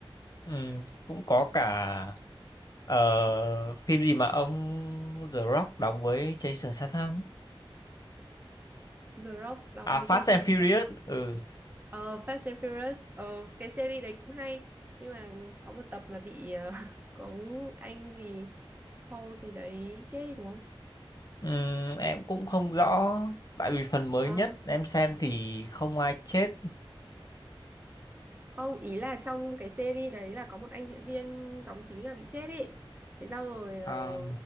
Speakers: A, on the left (about 40°); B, on the right (about 20°).
A: ừ, cũng có cả ờ, phim gì mà ông The Rock đóng với Jason Statham
B: The Rock đóng
A: à
B: với Jason
A: Fast and Furious
B: Statham
A: ừ
B: ờ Fast and Furious ờ cái series đấy cũng hay nhưng mà ừ, có một tập mà bị ờ, <laughs> có anh gì Paul gì đấy chết đi đúng không
A: Ừm, em cũng không rõ tại vì phần mới
B: Còn
A: nhất em xem thì không ai chết
B: không ý là trong cái series đấy là có một anh diễn viên đóng chính là bị chết ấy thế sau rồi ờ
A: à,